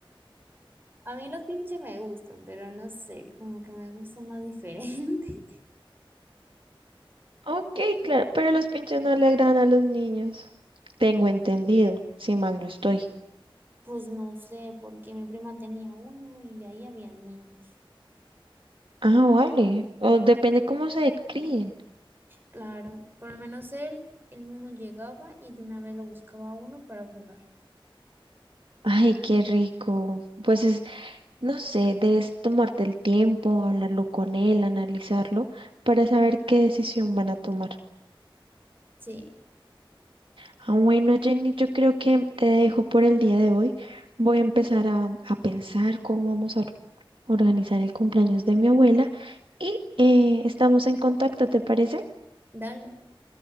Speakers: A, on the right (about 25°); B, on the right (about 70°).
A: A mí los pinches me gustan, pero no sé, como que me gusta más diferente. <laughs>
B: Ok, claro, pero los pinches no le agradan a los niños. Tengo entendido, si mal no estoy.
A: Pues no sé, porque mi prima tenía uno y ahí había niños.
B: Ah, vale. O depende cómo se críen.
A: Claro, por lo menos él, él mismo llegaba y de una vez lo buscaba a uno para jugar.
B: Ay, qué rico. Pues No sé, debes tomarte el tiempo, hablarlo con él, analizarlo, para saber qué decisión van a tomar.
A: Sí,
B: Ah, bueno, Jenny, yo creo que te dejo por el día de hoy. Voy a empezar a, a pensar cómo vamos a or- organizar el cumpleaños de mi abuela y eh, estamos en contacto, ¿te parece?
A: dale,